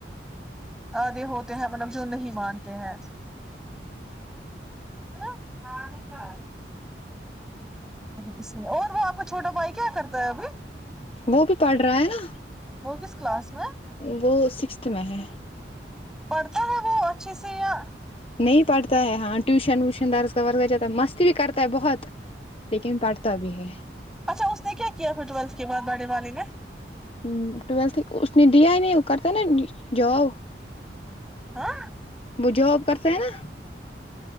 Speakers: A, in the centre; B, on the left.
A: آھے ہوتے ہیں مطلب جو نہیں مانتے ہیں ہے نا <inaudible> ہاں نہیں پ اسے اور وہ آپ کا چھوٹا بھائی کیا کرتا ہے ابھی
B: وہ بھی پڑھ رہا ہے نا
A: وہ کس کلاس
B: وہ سکستھ میں ہے
A: پڑھتا ہے وہ اچھے سے یا
B: نہیں پڑھتا ہے ہاں ٹیوشن ووشن درس کا ور جاتا ہے مستی بھی کرتا ہے بہت لیکن پڑھتا بھی ہے
A: اچھا اس نے کیا کیا پھر ٹویلتھ کے بعد بڑی والی نے
B: ہ ٹویلت دیائی نہیں ا کرتا نا جؤ
A: ہاں
B: بھوب کرتے ہیں نا